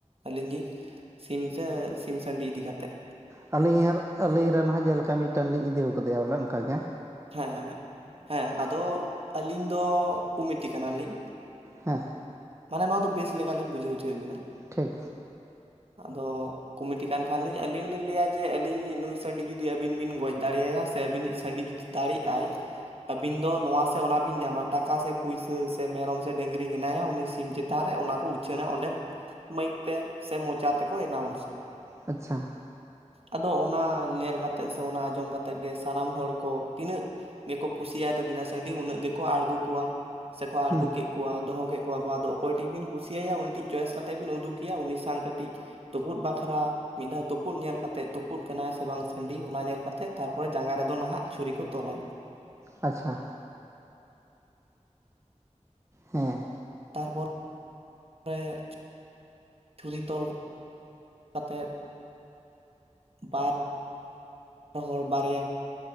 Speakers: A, on the right; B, on the right.
A: ᱟᱹᱞᱤᱧᱤᱡ ᱥᱤᱢ ᱥᱮ ᱥᱤᱢ ᱥᱟᱸᱰᱤ ᱤᱫᱤ ᱠᱟᱛᱮᱫ?
B: ᱟᱹᱞᱤᱧ ᱟᱨ ᱟᱹᱞᱤᱧ ᱨᱮᱱ ᱦᱚᱸ ᱡᱮᱞᱮᱠᱟ ᱢᱤᱫᱴᱮᱱ ᱞᱤᱧ ᱤᱫᱤᱣ ᱟᱠᱟᱣᱫᱮᱭᱟ ᱵᱚᱞᱮ ᱚᱱᱠᱟᱜᱮ
A: ᱦᱮᱸ ᱦᱮᱸ ᱟᱫᱚ ᱟᱹᱞᱤᱧ ᱫᱚ ᱠᱩᱢᱤᱴᱤ ᱠᱟᱱᱟᱞᱤᱧ᱾
B: ᱦᱮᱸ
A: ᱢᱟᱱᱮ ᱱᱚᱣᱟ ᱫᱚ ᱵᱮᱥ ᱞᱮᱠᱟ ᱞᱤᱧ ᱵᱩᱡᱷᱟᱹᱣ ᱦᱚᱪᱚᱭᱮᱫ ᱵᱤᱱᱟ᱾
B: ᱴᱷᱤᱠ
A: ᱟᱫᱚ ᱠᱚᱢᱤᱴᱤ ᱠᱟᱱ ᱠᱷᱟᱱ ᱞᱤᱧ ᱟᱹᱞᱤᱧ ᱞᱤᱧ ᱞᱟᱹᱭᱟ ᱡᱮ ᱟᱹᱞᱤᱧᱤᱡ ᱱᱩᱭ ᱥᱟᱺᱰᱤ ᱡᱩᱫᱤ ᱟᱹᱵᱤᱱ ᱵᱤᱱ ᱜᱚᱡ ᱫᱟᱲᱮᱭᱟᱭᱟ ᱥᱮ ᱟᱹᱵᱤᱱᱤᱡ ᱥᱟᱺᱰᱤ ᱡᱩᱫᱤ ᱫᱟᱲᱮᱜᱼᱟᱭ ᱟᱹᱵᱤᱱ ᱫᱚ ᱱᱚᱣᱟ ᱥᱮ ᱚᱱᱟ ᱵᱤᱱ ᱧᱟᱢᱟ ᱴᱟᱠᱟ ᱥᱮ ᱯᱩᱭᱥᱟᱹ ᱥᱮ ᱢᱮᱨᱚᱢ ᱥᱮ ᱰᱟᱹᱝᱨᱤ ᱦᱮᱱᱟᱭᱟ ᱩᱱᱤ ᱥᱮ ᱥᱤᱢ ᱪᱮᱛᱟᱱ ᱨᱮ ᱚᱱᱟ ᱠᱚ ᱩᱪᱷᱟᱹᱱᱟ ᱚᱸᱰᱮᱢ ᱢᱟᱹᱭᱤᱠ ᱛᱮ ᱥᱮ ᱢᱚᱪᱟ ᱛᱮᱠᱚ ᱮᱞᱟᱣᱩᱱᱥᱟ᱾
B: ᱟᱪᱪᱷᱟ
A: ᱟᱫᱚ ᱚᱱᱟ ᱧᱮᱞ ᱠᱟᱛᱮᱫ ᱥᱮ ᱚᱱᱟ ᱟᱸᱡᱚᱢ ᱠᱟᱛᱮᱫ ᱜᱮ ᱥᱟᱱᱟᱢ ᱦᱚᱲ ᱠᱚ ᱛᱤᱱᱟᱹᱜ ᱜᱮᱠᱚ ᱠᱩᱥᱤᱭᱟᱭ ᱛᱟᱵᱤᱱᱟ ᱥᱟᱺᱰᱤ ᱩᱱᱟᱹᱜ ᱜᱮᱠᱚ ᱟᱬᱜᱚ ᱠᱚᱣᱟ᱾ ᱥᱮᱠᱚ ᱟᱬᱜᱚ
B: ᱦᱮᱸ
A: ᱠᱮᱜ ᱠᱚᱣᱟ ᱫᱚᱦᱚ ᱠᱮᱜ ᱠᱚᱣᱟ ᱠᱚ ᱟᱫᱚ ᱚᱠᱚᱭ ᱴᱤᱜ ᱵᱤᱱ ᱠᱩᱥᱤᱭᱟᱭᱟ ᱩᱱᱤᱴᱤᱡ ᱪᱚᱭᱮᱥ ᱠᱟᱛᱮᱫ ᱵᱤᱱ ᱩᱫᱩᱠᱮᱭᱟ ᱩᱱᱤ ᱥᱟᱝ ᱠᱟᱹᱴᱤᱡ ᱛᱩᱯᱩᱫ ᱵᱟᱠᱷᱨᱟ ᱢᱤᱫ ᱫᱷᱟᱣ ᱛᱩᱯᱩᱫ ᱧᱮᱞ ᱠᱟᱛᱮᱜ ᱛᱩᱯᱩᱫ ᱠᱟᱱᱟᱭ ᱥᱮ ᱵᱟᱝ ᱥᱟᱺᱰᱤ ᱚᱱᱟ ᱧᱮᱞ ᱠᱟᱛᱮᱜ ᱛᱟᱨᱯᱚᱨᱮ ᱡᱟᱸᱜᱟ ᱨᱮᱫᱚ ᱱᱟᱦᱟᱜ ᱪᱷᱩᱨᱤ ᱠᱚ ᱛᱚᱞᱟᱭᱟ᱾
B: ᱟᱪᱪᱷᱟ ᱦᱮᱸ
A: ᱛᱟᱨᱯᱚᱨ ᱨᱮ ᱪᱷᱩᱨᱤ ᱛᱚᱞ ᱠᱟᱛᱮᱫ ᱵᱟᱨ ᱵᱟ ᱦᱚᱲ ᱵᱟᱨᱭᱟ